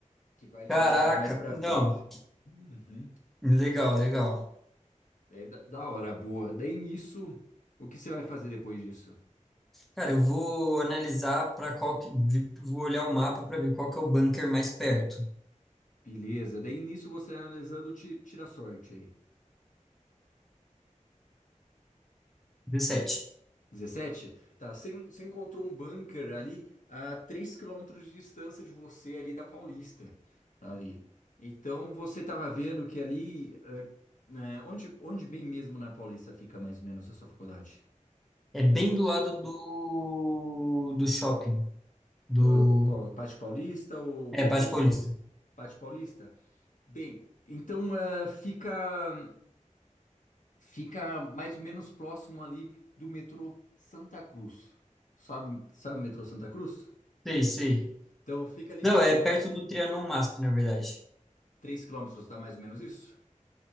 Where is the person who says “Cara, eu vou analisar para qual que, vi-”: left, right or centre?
Centre